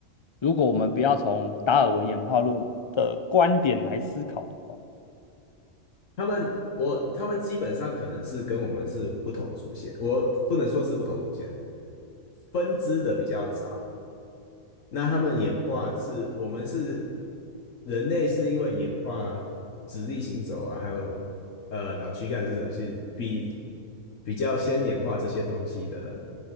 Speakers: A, on the left; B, on the left.
A: 如果我们不要从达尔文演化论的观点来思考的话。
B: 他们，我他们基本上可能是跟我们是不同祖先，我不能说是不同祖先，分支的比较早，那他们演化是，我们是人类是因为演化直立行走啊，还有呃脑躯干这种是比比较先演化这些东西的，